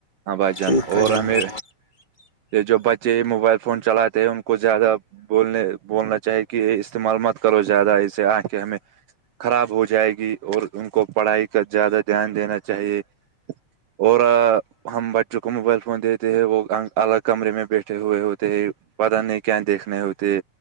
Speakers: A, on the right; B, on the left.
A: ہاں بھائی جان
B: ٹھیک کہہ
A: اور
B: رہے
A: ہمیں
B: ہو
A: یہ جو بچے موبائل فون چلاتے ہیں ان کو زیادہ بولنے بولنا چاہے کہ استعمال مت کرو زیادہ اسے آنکھے ہمیں خراب ہو جائے گی اور ان کو پڑھائی کا زیادہ دھیان دینا چاہیے اور <unintelligible> ہم بچوں کو موبائل فون دیتے ہیں وہ الگ کمرے میں بیٹھے ہوئے ہوتے ہے پتا نہیں کیا دیکھنے ہوتے